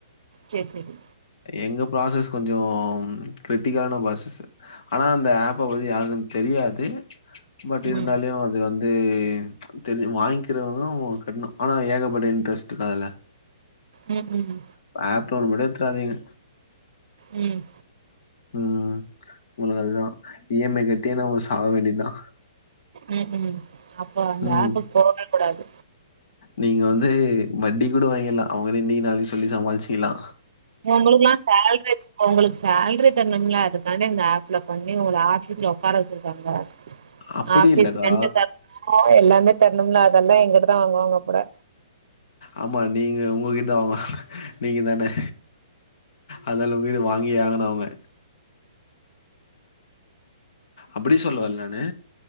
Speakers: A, on the right (about 65°); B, on the left (about 55°).
A: சேர் சேரி
B: எங்க ப்ராசஸ் கொஞ்சொ கிரிட்டிக்கலான ப்ராசஸ்ஸு ஆனா அந்த ஆப்ப பத்தி யாருக்கு தெரியாது பட் இருந்தால்யோ
A: ம்
B: இது வந்து தெரி வாங்கிக்கிறவங்களு கட்ணு ஆனா ஏகப்பட்ட இன்ட்ரெஸ்ட் கா இதுல
A: ம் ம்
B: ஆப் லோன் மட்டு எத்துடாதீங்க
A: ம்
B: ம் உங்களுக்கு அதுதா இ எம் ஐ கட்டியே நாமொ சாக வேண்டியத்தா
A: ம் ம் அப்போ அந்த
B: ம்
A: ஆப்புக்கு போகவே கூடாது
B: நீங்க வந்து வட்டி கூட வாங்கிலா அவுங்கள இன்னகி நாளைகி சொல்லி சமாளுச்சுக்கலா
A: ஒங்களுக்குலா சேல்ரி ஒங்களுக்கு சேல்ரி தரணும்ல அதுக்காண்ட இந்த ஆப்ல பண்ணி உங்கள ஆட்சியத்துல உக்கார வச்சுருக்காங்க
B: அப்படி
A: ஆஃபிஸ்
B: இல்லக்கா
A: ரென்ட் தரணும்ல எல்லாமே தரணும்ல அதல்லா எங்கட்டதா வாங்குவாங்க பொல
B: ஆமா நீங்க உங்ககிட்ட ஆமா நீங்க தானே அத நம்பி வாங்கி ஆகனு அவுங்க அப்டி சொல்ல வல்லனு